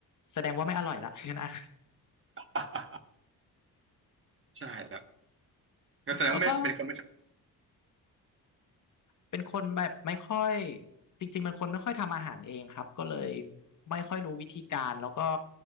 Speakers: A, on the left; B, on the right.
A: แสดงว่าไม่อร่อยละ <laughs> งั้นอ่ะ
B: <laughs> ใช่ครับก็แสดงว่าไม่เป็นคนไม่ชอบ
A: แล้วก็ เป็นคนแบบไม่ค่อยจริงๆเป็นคนไม่ค่อยทำอาหารเองครับก็เลยไม่ค่อยรู้วิธีการแล้วก็